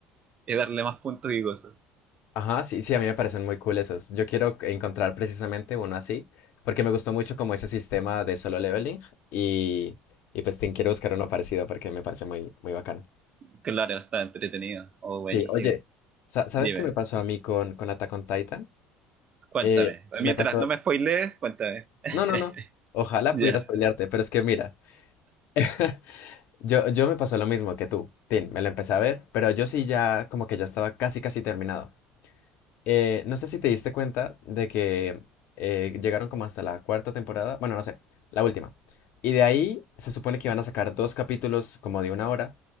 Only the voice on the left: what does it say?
Ajá, sí, sí, a mí me parecen muy cool esos. Yo quiero encontrar precisamente uno así, porque me gustó mucho como ese sistema de solo leveling y, y pues te quiero buscar uno parecido porque me parece muy, muy bacano.
Sí,
oye, sa- ¿sabes
qué me pasó a mí con, con Attack on Titan?
Eh, me
pasó...
No, no, no. Ojalá
pudieras pelearte, pero es que mira, <laughs> yo, yo me pasó lo mismo que tú, Tin, me lo empecé a ver, pero yo sí ya como que ya estaba casi, casi terminado. Eh, no sé si te diste cuenta de que eh, llegaron como hasta la cuarta temporada, bueno, no sé, la última. Y de ahí se supone que iban a sacar dos capítulos como de una hora